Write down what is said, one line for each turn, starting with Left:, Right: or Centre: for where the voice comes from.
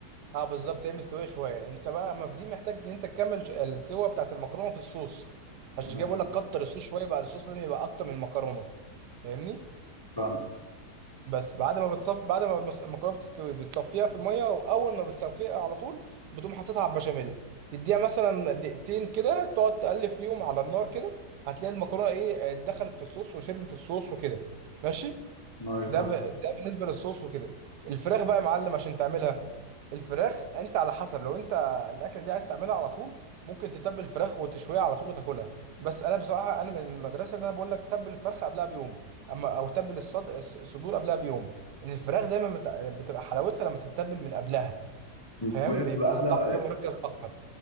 Right: اه بالظبط هي مستويه شويه انت بقى ما في دي محتاج ان انت تكمل ج- السوا بتاعت المكرونه في الصوص عشان
Left: أيوة،
Right: كده بقول لك كتر الصوص شويه بقى الصوص لازم يبقى اكتر من المكرونه فاهمني
Left: فاهم
Right: بس بعد ما بتصف بعد ما المس- المكرونه بتستوي بتصفيها في الميه واول ما بتصفيها على طول بتقوم حاططها على البشاميل تديها مثلا دقيقتين كده تقعد تقلب فيهم على النار كده هتلاقي المكرونه ايه آه، دخلت في الصوص وشربت الصوص وكده ماشي
Left: ما
Right: ده
Left: فاهم
Right: ب... ده بالنسبه للصوص وكده الفراخ بقى يا معلم عشان تعملها الفراخ انت على حسب لو انت الاكله دي عايز تعملها على طول ممكن تتبل الفراخ وتشويها على طول وتاكلها بس انا بصراحه انا من المدرسه اللي انا بقول لك تبل الفرخه قبلها بيوم اما او تبل الصد... الص- الصدور قبلها بيوم ان الفراخ دايما مت... بتبقى حلاوتها لما تتبل من قبلها
Left: طب
Right: فاهم
Left: هي
Right: بيبقى
Left: بتبقى احلى
Right: الطعم فيها مركز اكتر